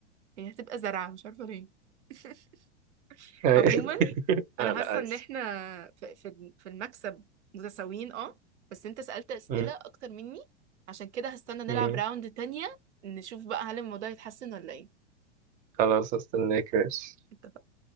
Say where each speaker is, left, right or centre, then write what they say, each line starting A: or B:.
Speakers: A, on the right; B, on the right.
A: هي هتبقى زرعة مش عارفة ليه <laughs>
B: آه،
A: عموما
B: لا
A: انا حاسة
B: عايز
A: ان احنا في في في المكسب متساويين اه بس انت سألت أسئلة
B: م-
A: اكتر مني عشان كده هستنى نلعب
B: م.
A: راوند تانية نشوف بقى هل الموضوع يتحسن ولا ايه
B: خلاص استناك ماشي
A: اتفقنا